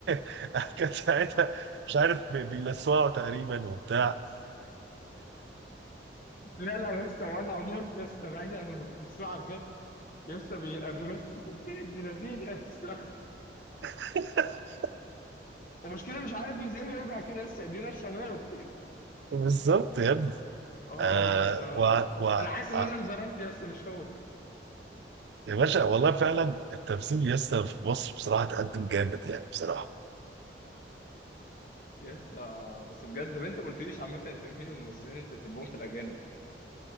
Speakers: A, on the right; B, on the left.
A: <laughs> كان ساعتها مش عارف بي- بيلسوعوا تقريبا وبتاع
B: لا لا لسه وجعه موت لسه بعيد عن الصعب بجد لسه بيبقى بيمثل تمثيل ابن لذين لسه
A: <laughs>
B: ومشكلة مش عارف ازاي بيوجع كده لسه ايدينا الشموت
A: بالظبط يا ابني
B: اه
A: آه
B: يس
A: و... و...
B: انا حاسس ان
A: آه
B: انا اللي ضربت يس مش هو
A: يا باشا والله فعلا التمثيل يسطا في مصر بصراحه تقدم جامد يعني بصراحه
B: يس بس بجد طب انت ما قلتليش عامه انت مين الممثلين اللي انت بتحبهم في الاجانب